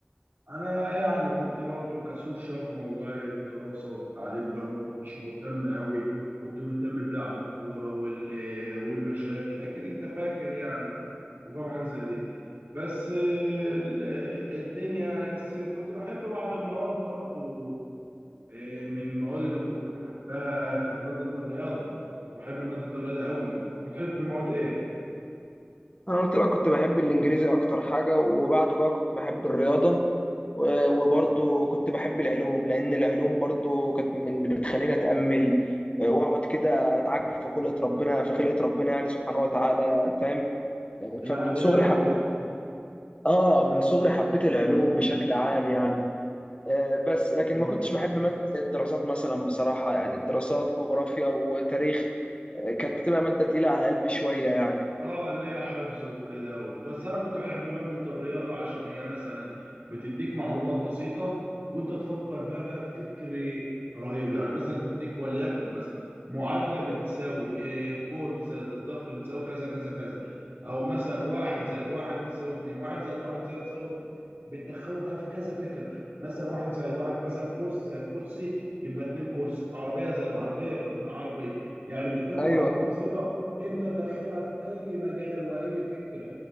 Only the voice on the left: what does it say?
انا قلت بقى كنت بحب الانجليزي اكتر حاجه وبعده بقى كنت بحب الرياضه و- وبرضه
كنت بحب العلوم لان العلوم برضه كانت من بتخليني اتامل آه، واقعد كده اتعجب في خلقه ربنا في خلقه ربنا يعني سبحانه وتعالى فاهم
فمن صغري حب
اه من صغري حبيت العلوم بشكل عام يعني آه، بس لكن
ما كنتش بحب ماده زي الدراسات مثلا بصراحه يعني الدراسات جغرافيا وتاريخ آه، كانت بتبقى ماده تقيله على قلبي شويه يعني
ايوه